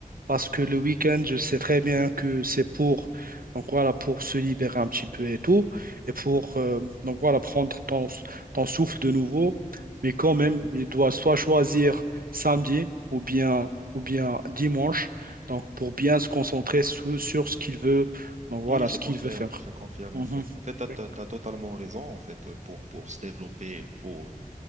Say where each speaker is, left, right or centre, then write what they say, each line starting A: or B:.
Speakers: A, on the right; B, on the right.
A: parce que le week-end, je sais très bien que c'est pour, donc voilà, pour se libérer un petit peu et tout, et pour euh, donc voilà, prendre ton, ton souffle de nouveau. Mais quand même, il doit soit choisir samedi ou bien, ou bien dimanche donc, pour bien se concentrer sou- sur ce qu'il veut, donc
B: Oui,
A: voilà,
B: je
A: ce
B: confirme,
A: qu'il veut faire.
B: je confirme
A: Mhm.
B: en fait. En fait, tu
A: Oui,
B: as, totalement raison. En fait, pour, pour se développer, il faut,